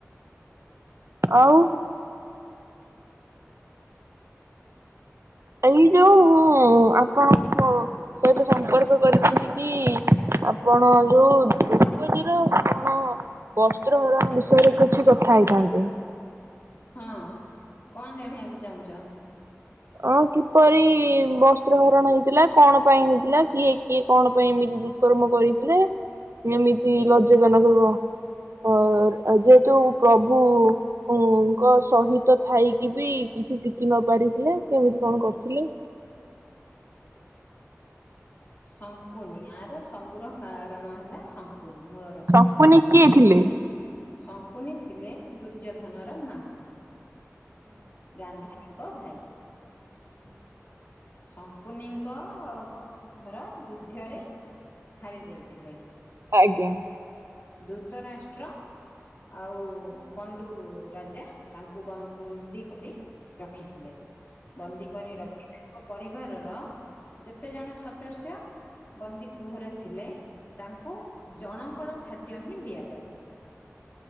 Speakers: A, on the right (about 60°); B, on the left (about 45°).
A: ଆଉ ଏଇ ଯଉ ଆପଣଙ୍କୁ ସହିତ ସମ୍ପର୍କ କରିଥିଲି କି ଆପଣ ଯଉ ଦ୍ରୋପତି ର କଣ ବସ୍ତ୍ର ହରଣ ବିଷୟରେ କିଛି କଥା ହେଇଥାନ୍ତେ।
B: ହଁ କଣ୍ ଜାଣିବାକୁ ଚାହୁଁଚ?
A: ଅଁ- କିପରି ବସ୍ତ୍ର ହରଣ ହେଇଥିଲା କଣ ପାଇଁ ହେଇଥିଲା କିଏ କିଏ କଣ ପାଇଁ ଏମିତି କର୍ମ କରିଥିଲେ ଏମିତି ଲଜ୍ଜାଜନକ ବ ଅ- ଯେହେତୁ ପ୍ରଭୁ ଭୁଙ୍କ ସହିତ ଥାଇକି ବି କିଛି ଶିକି ନପାରିଥିଲେ କେମିତି କଣ କରିଥିଲେ?
B: ଶଙ୍କୁନି ଆର ସବୁର କାରଣ ହେଲା ଶଙ୍କୁନି ମୂଳ
A: ସକୁନି କିଏ ଥିଲେ?
B: ଶଙ୍କୁନୀ ଥିଲେ ଦୁର୍ଯ୍ୟୋଧନର ମାମୁଁ ଗାନ୍ଧାରୀ ଙ୍କ ଭାଇ। ଶଙ୍କୁନିଙ୍କ ବଂଶଧର ଯୁଦ୍ଧରେ ହାରି ଯାଇଥିଲେ
A: ଆଜ୍ଞା।
B: ଦୂତରାଷ୍ଟ୍ର ଆଉ ପଣ୍ଡୁ ରାଜା ତାଙ୍କୁ ବ-ନ୍ଦୀ କରି ରଖିଥିଲେ। ବନ୍ଦୀ କରି ରଖି ତାଙ୍କ ପରିବାରର ଯେତେ ଜଣ ସଦ୍ୟସ ବନ୍ଦୀ ଗୃହରେ ଥିଲେ ତାଙ୍କୁ ଜଣଙ୍କର ଖାଦ୍ୟ ହିଁ ଦିଆଯାଉଥିଲା।